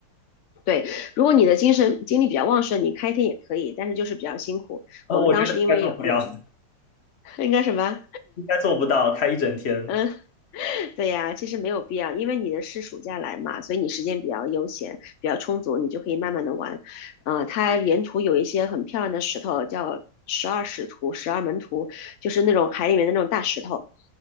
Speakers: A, on the left; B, on the left.
A: 对，如果你的精神精力比较旺盛，你开天也可以，但是就是比较辛苦。
B: 呃，
A: 我们当时因为有有
B: 我觉得应该做不了，
A: <laughs> 应该什么？
B: <laughs> 应该做不到开一整天。
A: 嗯，<laughs> 对呀，其实没有必要，因为你的是暑假来嘛，所以你时间比较悠闲，比较充足，你就可以慢慢的玩。呃，它沿途有一些很漂亮的石头，叫十二使徒、十二门徒，就是那种海里面的那种大石头